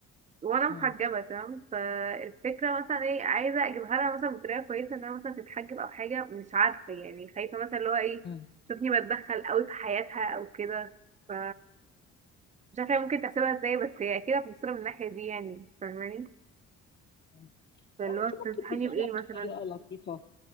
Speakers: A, on the right (about 25°); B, on the left (about 35°).
A: وانا محجبه
B: مم.
A: تمام فالفكره مثلا ايه عايزه اجيبها لها مثلا بطريقه كويسه انها مثلا تتحجب او حاجه مش عارفه يعني خايفه مثلا اللي هو ايه
B: مم.
A: تشوفني بتدخل قوي في حياتها او كده ف مش عارفه هي ممكن تحسبها ازاي بس هي اكيد هتبصلها من الناحيه دي يعني فاهماني
B: مم.
A: فاللي
B: يعني
A: هو
B: انت ممكن
A: تنصحيني
B: تجيبها
A: بايه
B: لها
A: مثلا
B: بطريقه لطيفه